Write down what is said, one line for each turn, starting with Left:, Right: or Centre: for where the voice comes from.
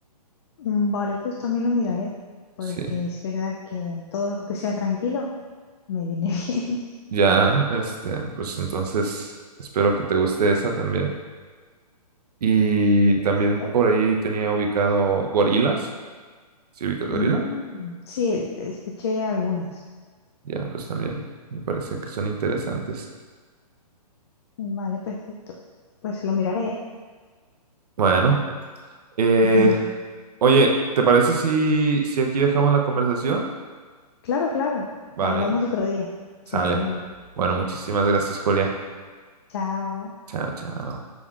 Left: Mm, vale, pues también lo miraré, porque
Right: Sí.
Left: es verdad que todo lo que sea tranquilo me viene <laughs> bien.
Right: Ya, este, pues entonces espero que te guste esa también. Y
Left: Perfecto.
Right: también por ahí tenía ubicado Gorilas ¿Sí ubicas gorila?
Left: Mm, sí, e- escuché algunas.
Right: Ya, pues también me parecen que son interesantes.
Left: Vale, perfecto. Pues lo miraré.
Right: Bueno, eh,
Left: <laughs>
Right: oye, ¿te parece si, si aquí dejamos la conversación?
Left: Claro, claro.
Right: Vale,
Left: Hablamos otro día, sin
Right: sale.
Left: problema.
Right: Bueno, muchísimas gracias, Julia.
Left: Chao.
Right: Chao, chao.